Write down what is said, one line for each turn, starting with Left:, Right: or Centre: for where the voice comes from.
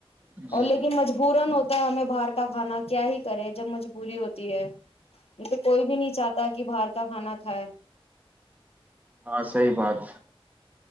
Right: جی
Left: اور
Right: جی،
Left: لیکن مجبورن ہوتا ہمیں باہر کا کھانا کیا ہی کرے جب مجبوری ہوتی ہے یہ تو کوئی بھی نہیں چاہتا کہ باہار کتاا کھانا کائے
Right: ہاں صحی بات